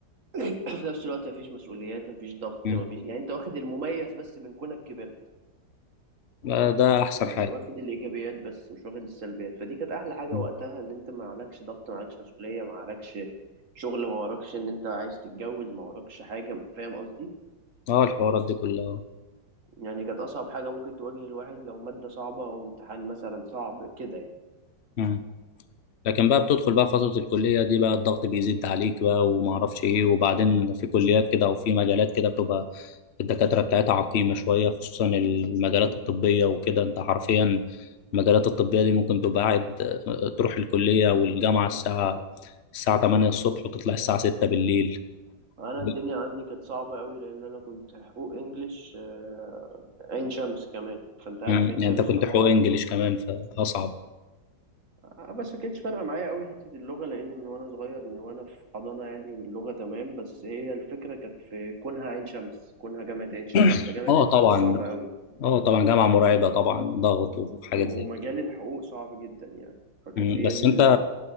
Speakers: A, on the right; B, on the left.
A: <clears throat> في نفس الوقت مفيش مسؤوليات مفيش ضغط
B: مم.
A: مفيش يعني أنت واخد المميز بس من كونك كبرت
B: آه، ده احسن
A: يعني
B: حاجة
A: واخد الإيجابيات بس مش واخد السلبيات فدي كانت أحلى حاجة
B: مم.
A: وقتها إن أنت ما عليكش ضغط ما عليكش مسؤولية ما عليكش شغل ما وراكش إن أنت عايز تتجوز ما وراكش حاجة فاهم قصدي
B: اه الحوارات دي كلها
A: يعني كانت أصعب حاجة ممكن تواجه الواحد لو مادة صعبة أو امتحان مثلا صعب كده يعني
B: مم. لكن بقى بتدخل بقى فترة الكلية دي بقى الضغط بيزيد عليك بقى وما اعرفش ايه وبعدين في كليات كده وفي مجالات كده بتبقى الدكاترة بتاعتها عقيمة شوية خصوصا المجالات
A: مم.
B: الطبية وكده انت حرفيا المجالات الطبية دي ممكن تبقى قاعد آه، تروح الكلية والجامعة الساعة الساعة 8 الصبح وتطلع الساعة 6 بالليل
A: أنا
B: مم.
A: الدنيا عندي كانت صعبة أوي لأن أنا كنت حقوق إنجليش آه، عين شمس كمان فأنت عارف
B: يعني
A: عين شمس
B: انت كنت
A: طبعا
B: حقوق انجليش كمان فاصعب
A: آه، بس كانتش فارقة معايا أوي حتة اللغة لأن من وأنا صغير من وأنا في حضانة يعني واللغة تمام بس هي الفكرة كانت في كونها عين شمس كونها جامعة عين شمس
B: <clears throat>
A: فجامعة
B: اه
A: عين
B: طبعا
A: شمس صعبة أوي
B: اه طبعا جامعة مرعبة طبعا ضغط وحاجات
A: ومجال
B: زي كده
A: الحقوق صعب جدا يعني فكانت
B: مم.
A: هي
B: بس
A: دي
B: انت
A: ال...